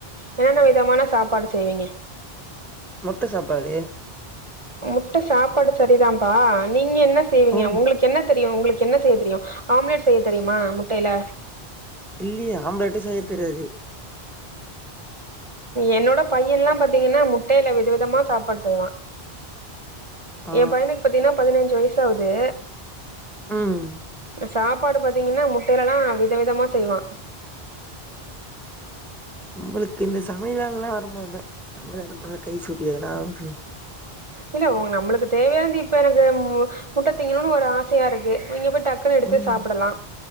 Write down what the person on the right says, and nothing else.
என்னென்ன விதமான சாப்பாடு செய்வீங்க
முட்டை சாப்பாடு சரிதான்ம்பா நீ நீங்க என்ன செய்வீங்க
உங்களுக்கு என்ன தெரியும் உங்களுக்கு என்ன செய்ய தெரியும் ஆம்லெட் செய்ய தெரியுமா முட்டையில
என்னோட பையன்ல்லாம் பாத்தீங்கன்னா முட்டையில விதவிதமா சாப்பாடு செய்வான்
என் பையனுக்கு பத்தீங்கன்னா பதினைஞ்சு வயசு எட்டாவுது
சாப்பாடு பாத்தீங்கன்னா முட்டையிலலா விதவிதமா செய்வா
இல்ல உங்க நம்மளுக்கு தேவையான இருந்து இப்ப எனக்கு முட்டை தீங்கணும்னு ஒரு ஆசையா இருக்கு நீங்க போய்ட் டக்குன்ன எடுத்து
சாப்பிடலா